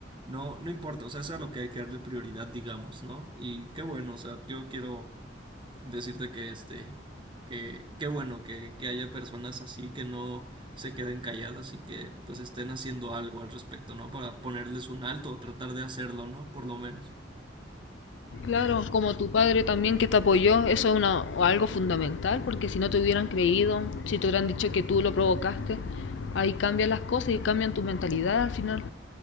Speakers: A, on the right; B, on the left.
A: No, no importa, o sea, eso es a lo que hay que darle prioridad, digamos, ¿no? Y qué bueno, o sea, yo quiero decirte que este, que qué bueno que, que haya personas así que no se queden calladas y que pues estén haciendo algo al respecto, ¿no? Para ponerles un alto o tratar de hacerlo, ¿no? Por lo menos.
B: Claro, como tu padre también que te apoyó, eso es una, algo fundamental, porque si no te hubieran creído, si te hubieran dicho que tú lo provocaste, ahí cambian las cosas y cambian tu mentalidad al final.